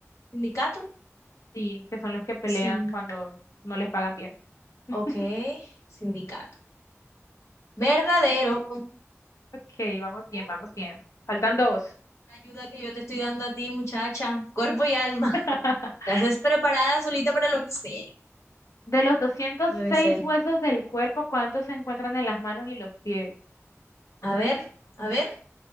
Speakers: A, on the left; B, on the left.
A: ¿Sindicato?
B: sí, que son los que pelean
A: Sin,
B: cuando no les pagan bien. <laughs>
A: ok, sindicato. Verdadero.
B: Ok, vamos bien,
A: Uh,
B: vamos bien.
A: no,
B: Faltan dos.
A: La ayuda que yo te estoy dando a ti, muchacha. Cuerpo y alma.
B: <laughs>
A: La haces preparada solita para lo que sea.
B: De los doscientos
A: Como debe
B: seis
A: ser.
B: huesos del cuerpo, ¿cuántos se encuentran en las manos y los pies?
A: A ver, a ver.